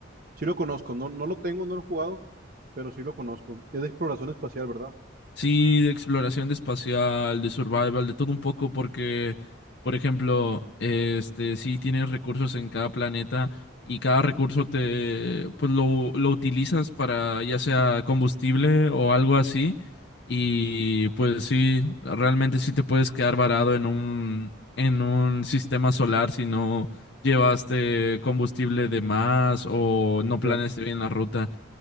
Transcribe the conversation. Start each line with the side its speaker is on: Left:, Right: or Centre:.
Right: Sí lo conozco, no, no lo tengo, no lo he jugado, pero sí lo conozco. Es de exploración espacial, ¿verdad?
Left: Sí, de exploración de espacial, de survival, de todo un poco, porque, por ejemplo, este, sí tienes recursos en cada planeta y cada recurso te, pues lo, lo utilizas para ya sea combustible o algo así. Y pues sí, realmente sí te puedes quedar varado en un, en un sistema solar si no llevaste combustible de más o no planeaste
Right: Ya.
Left: bien la ruta.